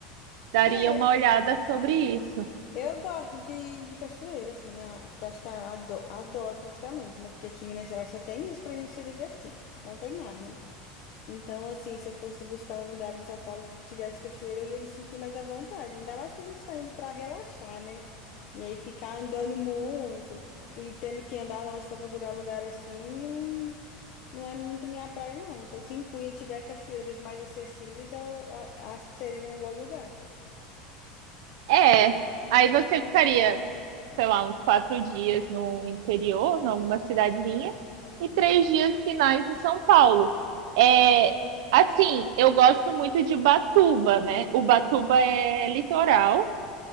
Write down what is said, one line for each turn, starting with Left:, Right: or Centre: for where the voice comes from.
Right: daria
Left: É, eu
Right: uma olhada sobre isso.
Left: Eu gosto de, de cachoeira, assim, a, a praticar, ado- adoro praticamente, né? Porque aqui em Minas Gerais só tem isso pra gente se divertir. Não tem mar, né? Então, assim, se eu fosse buscar um lugar em São Paulo que tivesse cachoeira, eu ia me sentir mais à vontade. Ainda mais que a gente tá indo pra relaxar, né? E aí ficar andando muito e tendo que andar longe pra procurar lugar assim, não, não é muito minha praia, não. Então, se em Cunha tiver cachoeiras mais acessíveis, eu a- acho que seria um bom lugar.
Right: É, aí você ficaria, sei lá, uns quatro dias no interior, numa cidadezinha, e três dias finais em São Paulo. É, assim, eu gosto muito de Ubatuba, né? Ubatuba é litoral,